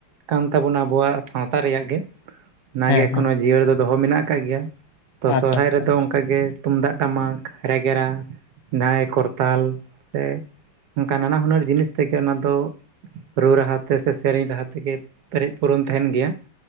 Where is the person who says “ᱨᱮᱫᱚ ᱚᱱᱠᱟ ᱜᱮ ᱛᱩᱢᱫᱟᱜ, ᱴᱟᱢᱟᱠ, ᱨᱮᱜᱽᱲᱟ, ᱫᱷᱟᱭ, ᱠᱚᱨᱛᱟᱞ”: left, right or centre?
Right